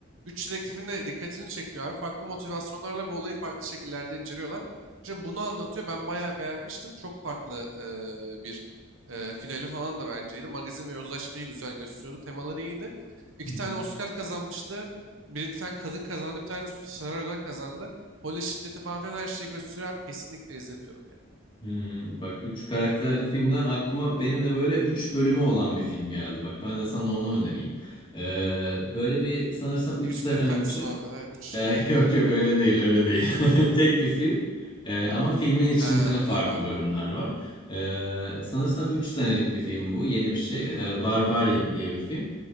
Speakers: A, on the right; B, on the left.
A: 3 dedektifin de dikkatini çekiyor abi. Farklı motivasyonlarla bu olayı farklı şekillerde inceliyorlar. İşte bunu anlatıyor. Ben bayağı beğenmiştim. Çok farklı eee, bir eee, finali falan da benceydi. Magazin ve yozlaşmayı güzel gösteriyordu. Temaları iyiydi. İki
B: Hı hı.
A: tane Oscar kazanmıştı. Bir tane kadın kazandı. Bir tane senaryodan kazandı. Polis şiddeti falan filan her şeyi gösteriyor abi. Kesinlikle izle diyorum yani.
B: Hmm, bak 3 karakterli filmden aklıma benim de böyle 3 bölümü olan bir film geldi. Bak ben de sana onu önereyim. Ee, böyle bir sanırsam 3
A: Yüzükler
B: sene
A: Efendisi
B: önce
A: Mahmut'a 3
B: Ee,
A: tane
B: <laughs> yok
A: bölüm
B: yok
A: falan.
B: öyle değil öyle değil.
A: <laughs>
B: <laughs> Tek bir film. Ee, ama filmin içinde
A: He
B: farklı
A: tamam anladım.
B: bölümler var. Ee, sanırsam 3 senelik bir film bu. Yeni bir şey. Ee, Barbarian diye bir film.